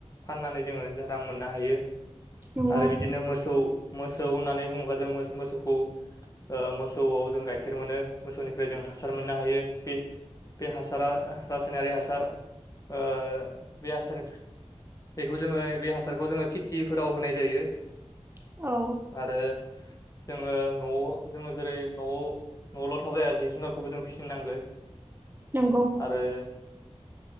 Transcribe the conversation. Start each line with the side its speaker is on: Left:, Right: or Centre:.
Left: फाननानै जोङो रां मोननो हायो।
Right: नंगौ
Left: आरो बिदिनो मोसौ मोसौ होननानै बुङोबा जों मो मोसौखौ। मोसौआव जों गाइखेर मोनो मोसौनिफ्राय जों हासार मोननो हायो। बे बे हासारा रासायनारि हासार बे हासारनिफ्राय बेखौ जोङो बे हासारखौ जोङो खेथिफोराव होनाय जायो।
Right: औ।
Left: आरो। जोङो न'आव जोङो जेरै न'आव न'ल' थाबाया जिब जुनारखौबो जों फिसिनांगो‌।
Right: नोंगौ।
Left: आरो